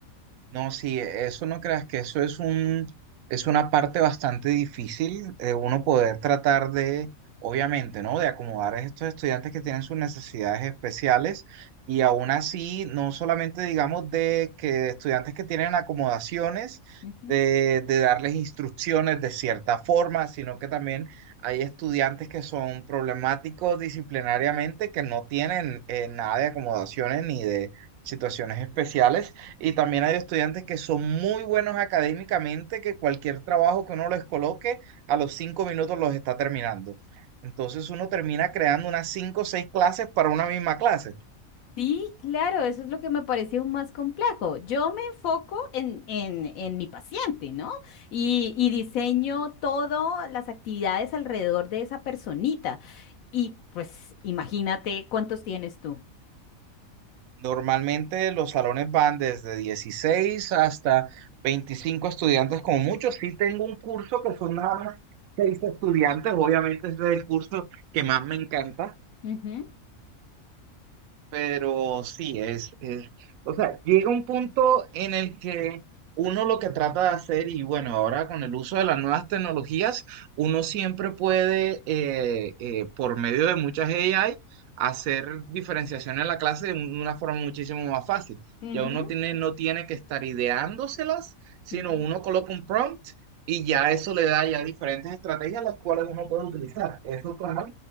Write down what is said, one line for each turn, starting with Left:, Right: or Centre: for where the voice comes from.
Right: No, sí, eso no creas que eso es un, es una parte bastante difícil de uno poder tratar de, obviamente, ¿no? De acomodar a estos estudiantes que tienen sus necesidades especiales y aún así, no solamente digamos de que estudiantes que tienen acomodaciones,
Left: Ujú.
Right: de, de darles instrucciones de cierta forma, sino que también hay estudiantes que son problemáticos disciplinariamente, que no tienen eh, nada de acomodaciones ni de situaciones especiales y también hay estudiantes que son muy buenos académicamente, que cualquier trabajo que uno les coloque, a los cinco minutos los está terminando. Entonces uno termina creando unas cinco o seis clases para una misma clase.
Left: Sí, claro, eso es lo que me pareció más complejo. Yo me enfoco en, en, en mi paciente, ¿no? Y, y diseño todas las actividades alrededor de esa personita. Y pues imagínate cuántos tienes tú.
Right: Normalmente los salones van desde 16 hasta 25 estudiantes, como mucho. Sí tengo un curso que son nada más seis estudiantes, obviamente ese es el curso que más me encanta,
Left: Ujú,
Right: Pero sí, es, es- o sea, llega un punto en el que uno lo que trata de hacer, y bueno, ahora con el uso de las nuevas tecnologías, uno siempre puede, eh, eh, por medio de muchas AI, hacer diferenciación en la clase de un- una forma muchísimo más fácil.
Left: ujú.
Right: Ya uno tiene, no tiene que estar ideándoselas, sino
Left: Ujú.
Right: uno coloca un prompt y ya eso le da ya diferentes estrategias las cuales uno puede utilizar. Eso, claro,